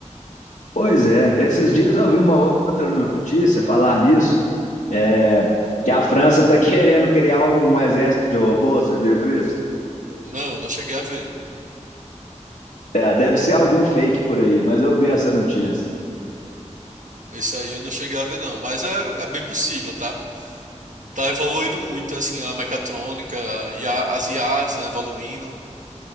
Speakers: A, on the left; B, on the right.
A: Pois é, esses dias eu vi uma outra notícia falar nisso, é, que a França está <laughs> querendo criar um exército de robôs, você viu isso?
B: Não, não cheguei a ver.
A: É, deve ser algum fake por aí, mas eu vi essa notícia.
B: Isso aí eu não cheguei a ver, não. Mas é, é bem possível, tá? Tá evoluindo muito, assim, a mecatrônica e a- as IAs estão evoluindo.